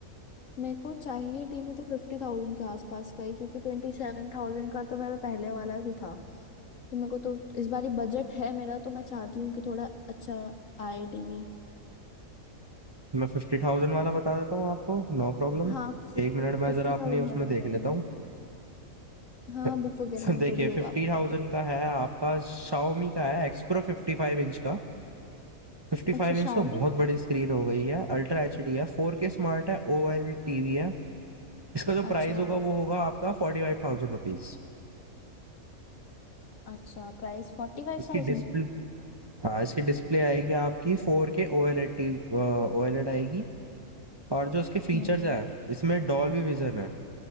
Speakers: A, on the left; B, on the right.
A: मेरे को चाहिए टीवी तो फिफ्टी थाउजेंड के आसपास का ही क्योंकि ट्वेंटी सेवन थाउजेंड का तो मेरा पहले वाला भी था तो मेरे को तो इस बार बजट है मेरा तो मैं चाहती हूँ कि थोड़ा अच्छा आए टीवी
B: मैं फिफ्टी थाउजेंड वाला बता देता हूँ आपको नो प्रॉब्लम
A: हाँ
B: एक मिनट मैं
A: फिफ्टी
B: जरा अपनी
A: थाउजेंड
B: उसमें
A: वाला
B: देख
A: बताइए
B: लेता हूँ
A: हाँ
B: <laughs>
A: बुक वगैरह में
B: देखिए
A: जो भी होगा
B: फिफ्टी
A: आप बता
B: थाउजेंड
A: दो।
B: का है आपका शाओमी का है एक्सप्रो फिफ्टी फाइव इंच का फिफ्टी फाइव
A: अच्छा
B: इंच
A: शाओमी
B: तो बहुत बड़ी स्क्रीन हो गई है अल्ट्रा एच डी है फोर के स्मार्ट है ओएलईडी टीवी है इसका जो
A: अच्छा
B: प्राइस होगा वो होगा आपका फोर्टी फाइव थाउजेंड रुपीज
A: अच्छा प्राइस फोर्टी फाइव
B: इसकी
A: थाउजेंड
B: डिस्प्ले हाँ इसकी डिस्प्ले आएगी आपकी फोर के ओएलईडी ओएलईडी आएगी और जो इसके फीचर्स
A: हम्म
B: हैं इसमें डॉल्बी विजन है